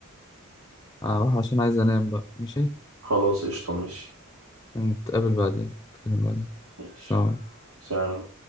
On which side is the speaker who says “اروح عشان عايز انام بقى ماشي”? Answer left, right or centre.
Left